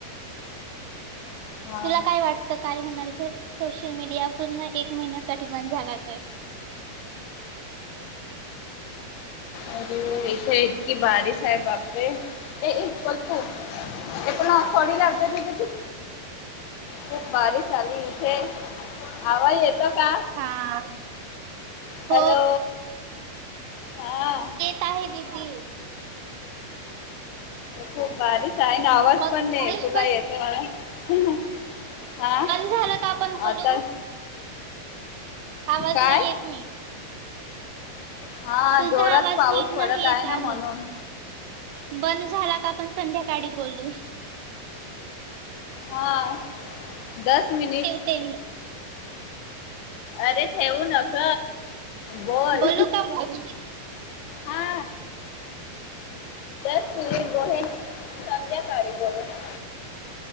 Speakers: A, on the left (about 80°); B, on the right (about 80°).
A: हा
B: तुला काय वाटतं काय होणार जर सोशल मीडिया पूर्ण एक महिन्यासाठी बण झाला तर
A: अरे इथे इतकी बारिश आहे बापरे ते इक्वलपू एक पण थॉडी लागते त कती खूप बारीच आली इथे आवाज येतो का
B: हा
A: हॅलो
B: हो
A: हा
B: काही ददी
A: खूप बारीच आहे ना आवाज
B: मग
A: पण नाही
B: गणेश
A: खुला
B: बंद
A: येतो मला हा
B: बंद झालं का आपण बोलू
A: आता
B: आवाज
A: काय
B: नाही येत मी
A: हा
B: तुझा
A: जोरात
B: आवाज
A: पाऊस
B: नट
A: पडत
B: नाही येत
A: ना म्हणून
B: आहे बंद झाला का आपण संध्याकाळी बोलू
A: हा दस मिनिट
B: ते
A: अरे ठेवू नक बोल
B: बोलू का मग
A: हा दस मिनिट बोहे संध्याकाळी बोहिणा